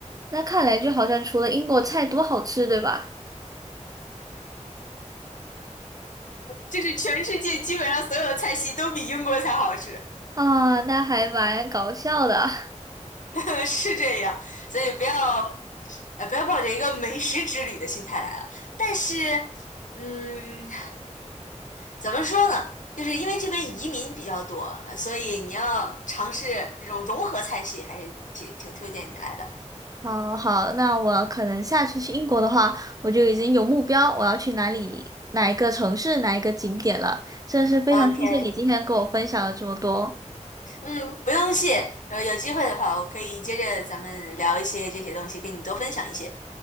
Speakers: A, on the right; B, on the left.
A: 那看来就好像除了英国菜多好吃，对吧？
B: 就是全世界基本上所有的菜系都比英国菜好吃，
A: 啊，那还蛮搞笑的。
B: <laughs> 是这样，所以不要，呃，不要抱着一个美食之旅的心态来了。但是，嗯，怎么说呢？就是因为这边移民比较多，呃所以你要尝试这种融合菜系，还是挺挺推荐你来的。
A: 好好，那我可能下次去英国的话，我就已经有目标，我要去哪里、哪一个城市、哪一个景点了。真的是非常谢谢你今天跟我分享了这么多。
B: OK，嗯，不用谢。呃，有机会的话，我可以接着咱们聊一些这些东西，跟你多分享一些。